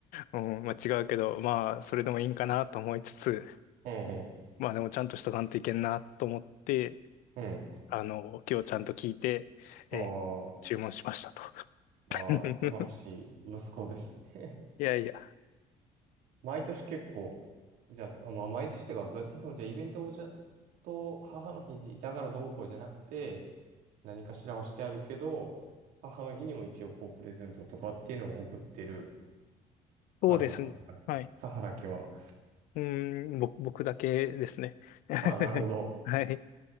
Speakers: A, on the left; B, on the right.
A: うん、まあ違うけど、まあそれでもいいんかなと思いつつ、
B: <laughs> うん、うん、
A: まあでもちゃんとしとかんといけんなと思って、
B: うん。
A: あの、今日ちゃんと聞いて、えー注文しましたと。
B: あーあー、
A: <laughs>
B: 素晴らしい息子ですね。
A: いやいや、
B: <laughs> 毎年結構、じゃあ、そまあ、毎年っていうか、別にその、じゃあイベントをじゃ、と、母の日だからどうこうじゃなくて、何かしらはしてあるけど、母の日にも一応こう、プレゼントとかっていうのを送ってる感じなんですかね。
A: そうですね。はい。
B: サハラ家は。
A: うーん、ぼ、僕だけですね。<laughs>
B: ああ、なるほど。
A: はい。